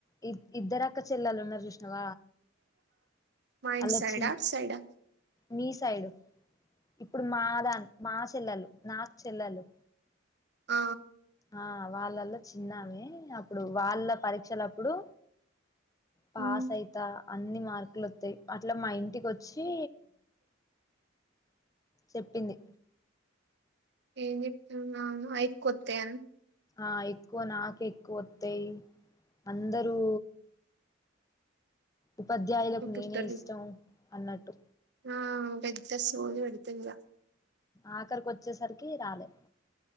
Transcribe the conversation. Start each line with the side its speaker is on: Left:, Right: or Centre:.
Left: ఇ ఇద్దర్ క్క చెల్లళ్ళు ఉన్నారు. చూసినవ
Right: మా ఇంటి
Left: అలా
Right: సైడా
Left: చి
Right: అటు సైడా
Left: మీ సైడ్ ఇప్పుడు మా దాన్ మా చెల్లళ్ళు నా చెల్లళ్ళు
Right: ఆ ఆ
Left: ఆ వాళ్ళలో చిన్నామే అప్పుడు వాళ్ళ పరీక్షలప్పుడు పాస్
Right: ఉమ్
Left: అయితా అన్ని మార్కు మల్లోత్తై అట్లా మా ఇంటికి వోచ్చి చెప్పింది.
Right: ఏం చెప్పుతున్నాను అయి కొత్తాయి
Left: ఆ ఎక్కువ నాకు ఎక్కువ వత్తాయి అందరూ ఉపాధ్యాయులకు
Right: పుట్టలి
Left: నేనే ఇష్టం అన్నట్టు
Right: ఆ పెద్ద సోది పెడతదిగ
Left: ఆఖరికి వచ్చేసరికి రాలే